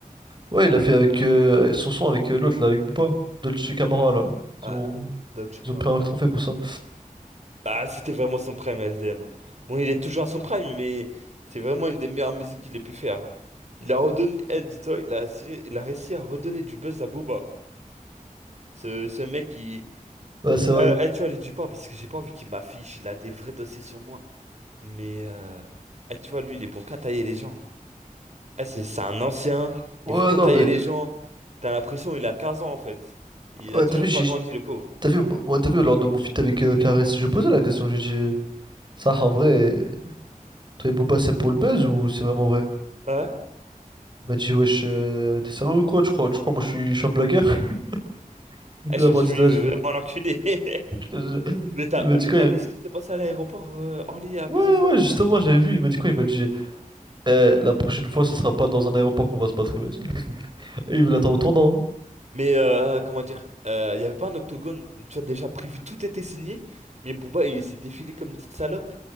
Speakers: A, on the right; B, on the right.
A: Ouais, il l'a fait avec euh, son son avec euh, l'autre là, avec Booba, Dolce Camara là.
B: Ah,
A: Ils ont,
B: Dolce
A: ils ont pris un trophée pour ça.
B: Ah, c'était vraiment son prime, S D M. Bon, il est toujours à son prime, mais c'est vraiment une des meilleures musiques qu'il ait pu faire. Il a redonné, eh, dis-toi, il a, serré- il a réussi à redonner du buzz à Booba. Ce, ce mec qui.
A: Ouais, c'est vrai.
B: Euh, eh, tu vois, lui, dis pas, parce que j'ai pas envie qu'il m'affiche, il a des vrais dossiers sur moi. Mais, euh, eh, tu vois, lui, il est bon qu'à tailler les gens. Eh, c'est c'est un ancien,
A: Ouais,
B: il veut que
A: non,
B: tailler
A: mais
B: les gens. T'as l'impression, il a 15 ans en fait. Il
A: ouais,
B: a toujours
A: t'as vu, j'ai,
B: pas grandi, le pauvre.
A: t'as vu, moi, t'as vu lors de mon feat avec euh, Karis, je posais la question, j'ai dit, ça en vrai, toi et Booba c'est pour le buzz ou c'est vraiment vrai?
B: Ouais?
A: Il m'a dit, wesh, euh, t'es sérieux ou quoi? Tu crois, tu crois, moi je suis, je suis un blagueur? <laughs>
B: Eh,
A: Il
B: je
A: a
B: pense
A: parti
B: que lui,
A: de
B: il
A: là,
B: veut
A: je fais-
B: vraiment l'enculer. <laughs>
A: je- je-
B: Mais t'as,
A: il m'a dit
B: mais
A: quoi?
B: t'as
A: il-
B: vu ce qui s'est passé à l'aéroport euh, Orly à
A: Ouais,
B: plusieurs
A: ouais,
B: années?
A: justement, j'avais vu, il m'a dit quoi? Il m'a dit, eh, la prochaine fois, ce sera pas dans un aéroport qu'on va se battre, il m'a dit. Et il me l'attend au tournant. hein.
B: Mais euh, comment dire? euh, Il y n'y avait pas un octogone, tu vois, déjà prévu, tout était signé, mais Booba il s'est défilé comme une petite salope.